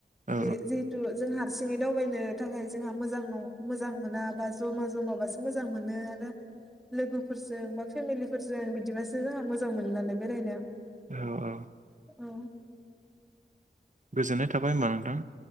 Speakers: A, on the right (about 45°); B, in the centre.
A: औ
B: बे जिहेथु जों हारसिङै दावबायनो थाखाय जोंहा मोजां मोजां मोनाबा जमा जमाबासो मोजां मोनो आरो लोगोफोरजों बा फेमिलिफोरजों बिदिबासो जोंहा मोजां मोनो नालाय बेरायनो
A: औ औ।
B: औ।
A: गोजोननाय थाबाय होमबा नोंथां।